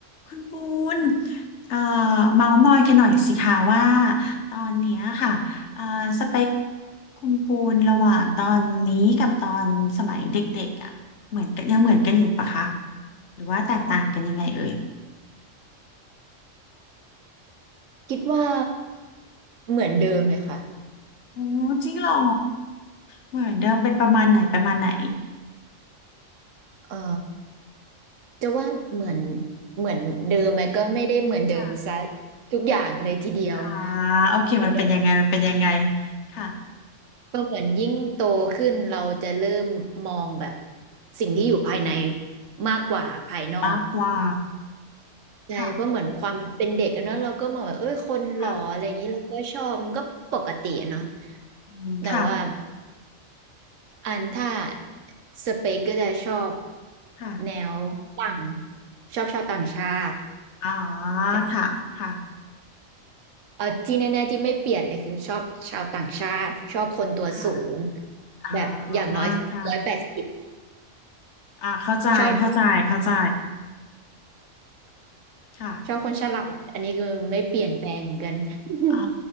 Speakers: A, on the left; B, on the right.
A: คุณปูนเอ่อเมาส์มอยกันหน่อยสิคะว่าตอนเนี้ยค่ะเอ่อสเปคคุณปูนระหว่างตอนนี้กับตอนสมัยเด็กๆอ่ะเหมือนกันยังเหมือนกันอยู่ปะคะหรือว่าแตกต่างกันยังไงเอ่ย
B: คิดว่าเหมือนเดิมเลยค่ะ
A: โอ้จริงเหรอเหมือนเดิมเป็นประมาณไหนประมาณไหน
B: เอ่อจะว่าเหมือนเหมือนเดิมไหมก็ไม่ได้เหมือนเดิมซะ
A: ค่ะ
B: ทุกอย่างเลยทีเดียว
A: อ่าโอเคมันเป็นยังไงมันเป็นยังไง
B: เหมือนเดิม
A: ค่ะ
B: ก็เหมือนยิ่งโตขึ้นเราจะเริ่มมองแบบสิ่งที่อยู่ภายในมากกว่าภายนอก
A: มากกว่า
B: ใช่เพราะเหมือนความเป็นเด็กกันเนาะเราก็มองแบบเอ้ยคนหล่ออะไรอย่างนี้เราก็ชอบมันก็ปกติอะเนาะ
A: ค่ะค่ะอืมค่ะ
B: แต่ว่า อันถ้าสเปกก็จะชอบ
A: ค่ะ
B: แนวฝรั่งชอบชาวต่างชาติ
A: อ๋อ
B: จะ
A: ค่ะค่ะ
B: เออที่แน่ๆที่ไม่เปลี่ยนเลยคือชอบชาวต่างชาติชอบคนตัวสูง
A: ค่ะ อ่า
B: แบบอย่างน้อยคือร้อยแปดสิบ
A: ค่ะอ่าเข้าใจ
B: ชอบ
A: เข้าใจ เข้าใจ ค่ะ
B: ชอบคนฉลาดอันนี้คือไม่เปลี่ยนแปลงเหมือนกัน <laughs>
A: อ่